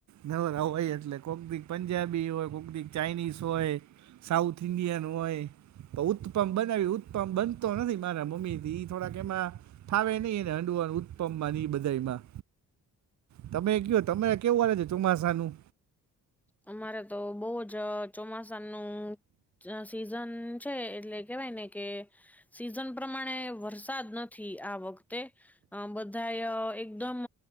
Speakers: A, on the right; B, in the centre.
A: નવરા હોય એટલે કોક દી પંજાબી હોય કોક દી ચાઈનીઝ હોય. સાઉથ ઇન્ડિયન હોય. તો ઉત્પમ બનાવી ઉત્પમ બનતો નથી મારા મમ્મીથી ઈ થોડાક એમાં. ફાવે નહિ એને હંડુવા ઉત્પમ માં ઈ બધા માં. તમે કયો તમે કેવું હાલે છે ચોમાસાનું?
B: અમારે તો બોઉ જ ચોમાસાનું જ સિઝન છે એટલે કેવાય ને કે સિઝન પ્રમાણે વરસાદ નથી આ વખતે. અમ બધાય એકદમ